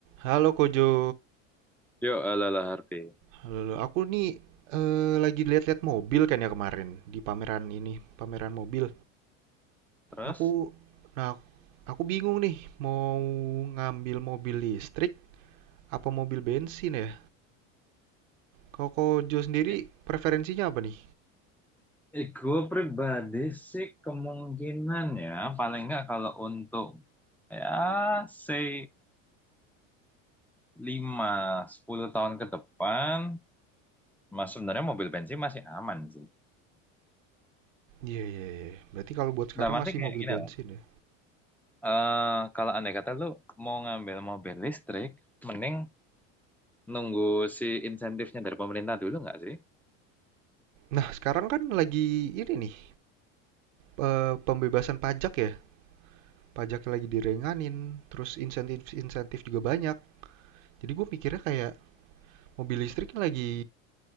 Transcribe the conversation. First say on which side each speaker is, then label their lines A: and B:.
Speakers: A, on the right; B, in the centre.
A: Halo Kojo,
B: Yuk, ala-ala Harvey.
A: halo, halo. Aku nih eh, lagi lihat-lihat mobil kan ya kemarin di pameran ini, pameran mobil.
B: Terus?
A: Aku, nah, aku bingung nih mau ngambil mobil listrik apa mobil bensin ya. Kalau Kojo sendiri
B: Ya,
A: preferensinya apa nih?
B: Eh, gue pribadi sih kemungkinan ya paling nggak kalau untuk ya say 5 10 tahun ke depan mas sebenarnya mobil bensin masih aman sih.
A: Iya iya iya. Berarti kalau buat sekarang
B: Dalam arti
A: masih
B: kayak
A: mobil
B: gini
A: bensin
B: lah.
A: ya.
B: eh, kalau andai kata lu mau ngambil mobil listrik mending nunggu si insentifnya dari pemerintah dulu nggak sih?
A: Nah sekarang kan lagi ini nih eh, pembebasan pajak ya. Pajaknya lagi direnganin, terus insentif-insentif juga banyak. Jadi gue mikirnya kayak mobil listrik ini lagi